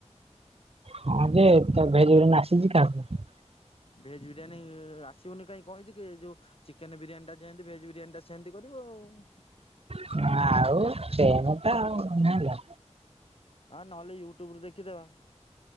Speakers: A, on the right (about 55°); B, on the left (about 50°).
A: ହଁ ଯେ ତା ଭେରିରି ନାସିଛି କାହାକୁ
B: ଭେଜ ବିରିୟାନୀ ଆସିବନି କାହିଁକି କଣ ହେଇଛି କି, ଯୋଉ ଚିକେନ ବିରିୟାନୀ ଟା ଯେମିତି ଭେଜ ବିରିୟାନୀ ଟା ସେମିତି କରିବ। ହଁ।
A: ହ ଆଉ ସେନ ତ ଆଉ ଜାଣିଲା।
B: ହଁ ନହେଲେ ୟୁଟ୍ୟୁବରେ ଦେଖିଦବା।